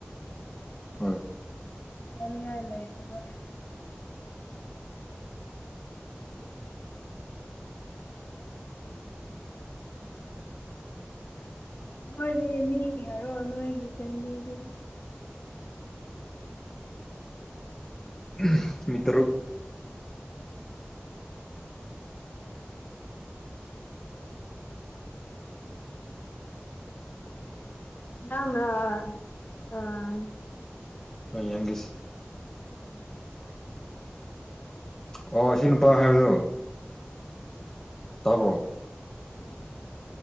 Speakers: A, on the left (about 20°); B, on the left (about 55°).
A: ꯍꯣꯏ
B: ꯌꯥꯅꯤꯡꯉꯥꯏ ꯂꯩꯇꯕ ꯅꯣꯏꯗꯤ ꯃꯤ ꯀꯌꯥꯔꯣ ꯅꯣꯏꯒꯤ ꯐꯦꯝꯂꯤꯗꯤ
A: <unintelligible> ꯃꯤ ꯇꯔꯨꯛ
B: <inaudible> ꯅꯪꯅ ꯑꯥ
A: ꯑꯥ ꯌꯦꯡꯒꯦꯁꯦ
B: <unintelligible>
A: ꯑꯣ ꯁꯤ ꯅꯨꯄꯥ ꯍꯥꯏꯕꯗꯣ ꯇꯥꯕ꯭ꯔꯣ
B: ꯍꯣꯏ